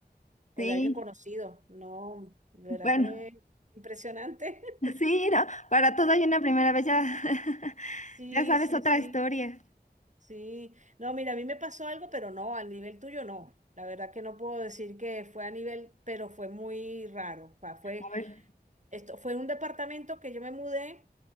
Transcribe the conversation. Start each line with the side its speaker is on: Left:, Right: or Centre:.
Right: O
Left: sí,
Right: de alguien conocido, no, de
Left: bueno.
Right: verdad que impresionante. <laughs>
Left: Sí, no, para todo hay una primera vez, ya, <laughs>
Right: Sí,
Left: ya sabes
Right: sí,
Left: otra
Right: sí.
Left: historia.
Right: Sí, no, mira, a mí me pasó algo, pero no, al nivel tuyo no. La verdad que no puedo decir que fue a nivel, pero fue muy raro. O sea, fue,
Left: A ver.
Right: esto, fue un departamento que yo me mudé